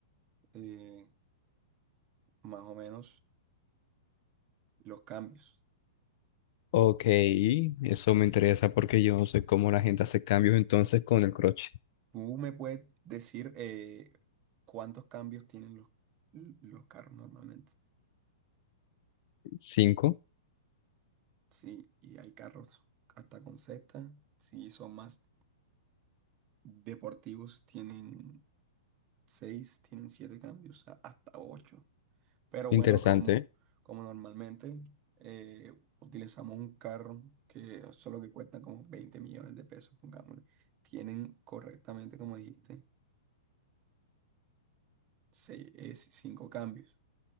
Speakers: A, on the right (about 30°); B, on the left (about 50°).
A: eh, más o menos los cambios.
B: Ok, eso me interesa porque yo no sé cómo la gente hace cambios entonces con el crochet.
A: ¿Tú me puedes decir eh, cuántos cambios tienen los, los carros normalmente?
B: Cinco,
A: Sí, y hay carros hasta con sexta. Si son más deportivos, tienen seis, tienen siete cambios, a- hasta ocho. Pero
B: interesante.
A: bueno, como, como normalmente eh, utilizamos un carro que solo que cuesta como 20 millones de pesos, pongámosle, tienen correctamente, como dijiste, seis, eh, cinco cambios.